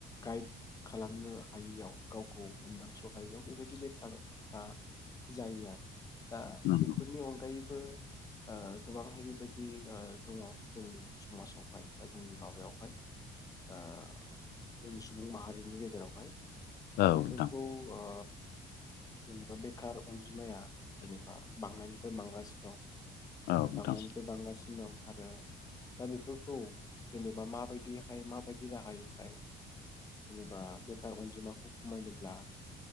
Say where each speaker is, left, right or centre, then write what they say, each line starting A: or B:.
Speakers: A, on the left; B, on the left.
A: गाइड खालामनो हायैयाव गावखौ हमदांस' हायैयाव बेबायदि बेखारारफ्रा जायो आरो। दा
B: नंगौ
A: बेफोरनि अनगायैबो ओ गोबांहाय बेबायदि दङ जोंनि समाजावहाय बा जोंनि माबायावहाय ओ जोंनि सुबुं माहारिनि गेजेरावहाय दा
B: औ
A: बेफोरखौ
B: नोंथां
A: ओ जेनेबा बेखार अनजिमाया जेनेबा बांनायनिफ्राय बांगासिनो दं।
B: औ नोंथां
A: बांनायनिफ्राय बांगासिनो दं। आरो दा बेफोरखौ जेनेबा माबायदिहाय माबायदि राहायैहाय जेनेबा बेखार अनजिमाखौ खमायनोब्ला